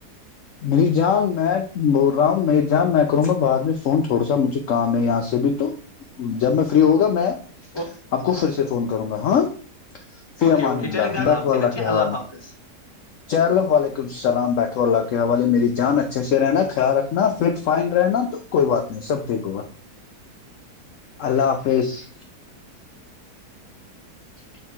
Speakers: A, on the left; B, on the left.
A: میری جان میں بول رہا ہوں میری جان میں کروں گا بعد میں فون تھوڑا سا مجھے کام ہے یہاں سے بھی تو جب میں فری ہوگا میں
B: گے
A: آپ کو پھر سے فون کروں گا ہاں فی
B: اوکے
A: امان
B: اوکے
A: اللہ
B: چلے گا
A: بیٹھو اللہ
B: کہنا ٹھیک
A: کے حوالے
B: حافظ
A: چلو وعلیکم ولیکمسلامٹ <inaudible> تو اللہ کے حوالے میری جان اچھے سے رہنا خیال رکھنا فٹ فائن رہنا تو کوئی بات نہیں سب ٹھیک ہوگا اللہ حافظ <unintelligible>